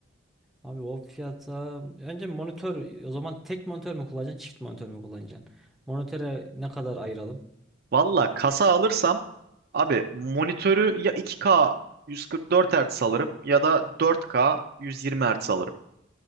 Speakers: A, in the centre; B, on the right.
A: Abi o fiyata önce monitör o zaman tek monitör mü kullanacaksın çift monitör mü kullanacaksın? Monitöre ne kadar ayıralım?
B: Valla kasa alırsam abi monitörü ya 2K 144 Hz alırım ya da 4K 120 Hz alırım.